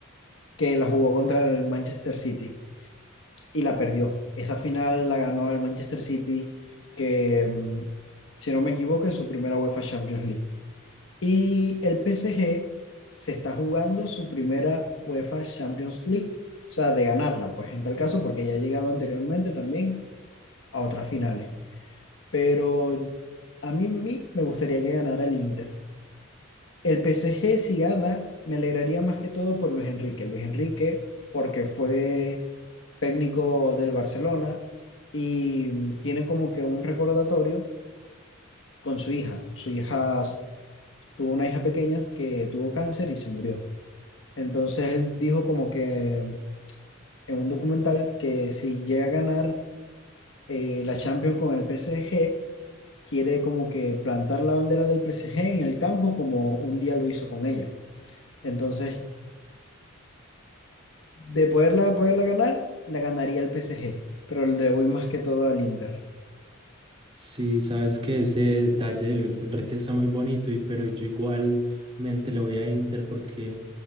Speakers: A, on the left; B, on the right.
A: que la jugó contra el Manchester City y la perdió. Esa final la ganó el Manchester City, que mm, si no me equivoco es su primera UEFA Champions League. Y el PSG se está jugando su primera UEFA Champions League, o sea, de ganarla, pues en tal caso, porque ya ha llegado anteriormente también a otras finales. pero a mí, mí me gustaría que ganara el Inter. El PSG si gana, me alegraría más que todo por Luis Enrique. Luis Enrique, porque fue técnico del Barcelona y mm, tiene como que un recordatorio con su hija. Su hija tuvo una hija pequeña que tuvo cáncer y se murió. Entonces él dijo como que en un documental que si llega a ganar eh, la Champions con el PSG, quiere como que plantar la bandera del PSG en el campo como un día lo hizo con ella. Entonces, de poderla, de poderla ganar, la ganaría el PSG, pero le voy más que todo al Inter.
B: Sí, sabes que ese detalle de Luis Enrique está muy bonito, y, pero yo igualmente le voy a Inter porque